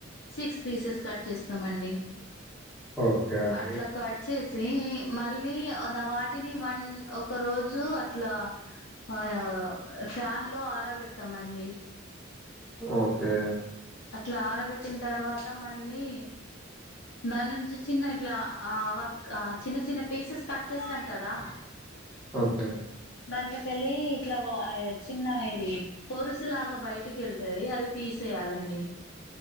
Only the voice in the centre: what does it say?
ఓకే అండి.
ఓకే
ఓకే.